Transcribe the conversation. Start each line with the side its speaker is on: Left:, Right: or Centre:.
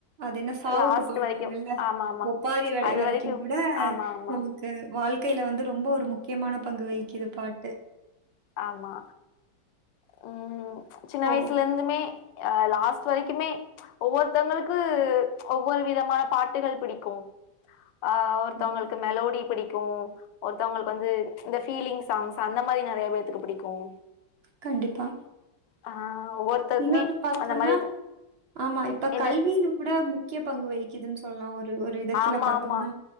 Right: அது என்ன சாவுக்கு
Left: லாஸ்ட்
Right: போடுவாங்கல்ல
Left: வரைக்கு ஆமா ஆமா
Right: ஒப்பாரி வடை
Left: அது
Right: வரைக்கும்
Left: வரைக்கு
Right: கூட
Left: ஆமா ஆமா
Right: நமக்கு வாழ்க் கில வந்து ரொம்ப ஒரு முக் முக்கியமான பங்கு வகிக்குது பாட்டு
Left: ஆமா ஹும் சின்ன
Right: ஓ!
Left: வயசுல இருந்துமே ஹ லாஸ்ட் வரைக்குமே ஒவ்வொருத்தவங்களுக்கு ஒவ்வொரு விதமான பாட்டுகள் பிடிக்கும். ஆ ஒருத்தவங்களுக்கு
Right: கண்டிப்பா.
Left: மெலோடி பிடிக்கும் ஒருத்தவங்களுக்கு வந்து இந்த, ஃபீலிங் சாங்ஸ் அந்த மாதிரி நெறைய பேத்க்கு புடிக்கும்
Right: கண்டிப்பா
Left: ஆ ஒவ்வொருத்தருக்குமே
Right: இன்னொன்னு பாத்தோன்னா
Left: அந்த மாரி
Right: ஆமா இப்ப
Left: என்ன
Right: கல்வில கூட முக்கியப் பங்கு வகிக்குதுன்னு சொல்லா ஒரு ஒரு ஒரு விதத்துல
Left: ஆமா
Right: பாத்தோன்னா
Left: ஆமா